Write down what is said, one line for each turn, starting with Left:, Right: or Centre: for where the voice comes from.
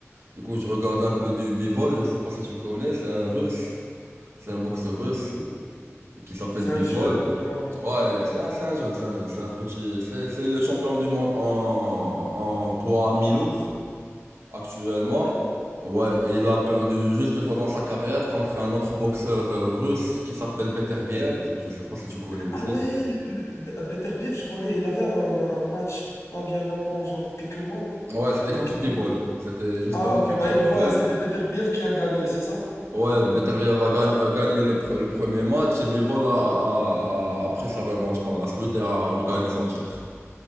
Right: Du coup, je regarde un peu du Bivol, je sais pas si tu connais, c'est un russe, c'est un boxeur russe
Left: Mhm.
Right: et qui s'appelle
Left: C'est
Right: Bivol.
Left: un jeune ou bien...
Right: Ouais, c'est un, c'est un jeune, c'est un jeune, c'est un petit, c'est c'est le champion du monde en, en poids mi-lourd actuellement.
Left: Ah ouais?
Right: Ouais, et il a perdu juste une fois dans sa carrière contre un autre boxeur euh, russe qui s'appelle Beterbiev, je sais pas si tu connais aussi.
Left: Ah ouais, le- le- B- Beterbiev, je connais. Il avait un, un match pas bien longtemps, genre quelques mois.
Right: Ouais, c'était
Left: Il
Right: contre
Left: y a quelques
Right: Bivol.
Left: mois.
Right: C'était justement
Left: Ah ok,
Right: contre
Left: bah,
Right: Bivol.
Left: voilà, c'était Beterbiev qui a gagné, c'est ça?
Right: Ouais, Beterbiev a gagné, a gagné le, pre- le premier match et Bivol a, a- a- a pris sa revanche par la suite et a regagné son titre.